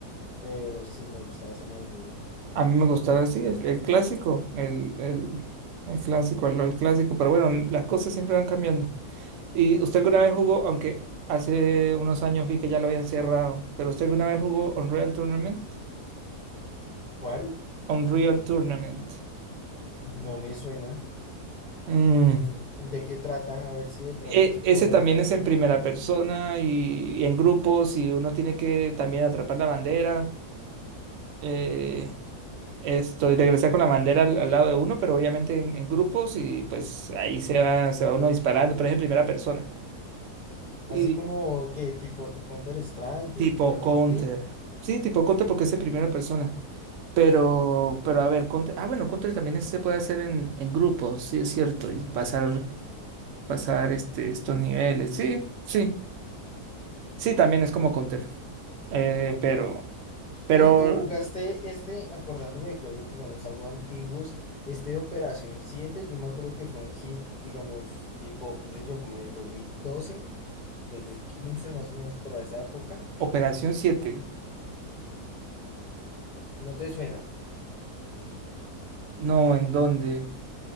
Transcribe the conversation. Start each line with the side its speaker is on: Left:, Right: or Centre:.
Left: Pero sí, me gusta ese modo de juego. Artico.
Right: A mí me gustaba así, el, el clásico, el, el, el clásico, el LOL clásico, pero bueno, las cosas siempre van cambiando. ¿Y usted alguna vez jugó, aunque hace unos años vi que ya lo habían cerrado, pero usted alguna vez jugó Unreal Tournament?
Left: ¿Cuál?
Right: Unreal Tournament.
Left: No me suena.
Right: Mm,
Left: Mm, ¿De qué trata? A ver si de pronto
Right: e-
Left: es por
Right: ese también
Left: el nombre.
Right: es en primera persona y, y en grupos y uno tiene que también atrapar la bandera. eh, Esto, y regresar con la bandera al, al lado de uno, pero obviamente en, en grupos y pues ahí se va, se va uno disparando, pero es en primera persona.
Left: Así
Right: Y
Left: como que tipo Counter-Strike
Right: tipo
Left: o Call of
Right: Counter.
Left: Duty.
Right: Sí, tipo Counter porque es en primera persona. Pero, pero a ver, Counter. Ah, bueno, Counter también se puede hacer en, en grupos, sí, es cierto. Y pasar, pasar este, estos niveles. Sí, sí. Sí, también es como Counter. Eh,
Left: Por-
Right: pero, pero
Left: Oye, ¿tú jugaste este, acordándome de juegos, digamos, algo antiguos, este de Operación siete Yo me acuerdo que fue un hit, digamos, tipo, qué sé yo, como en el dos dos mil doce dos mil quince más o menos por esa época.
Right: Operación siete
Left: ¿No te suena?
Right: No, ¿en dónde?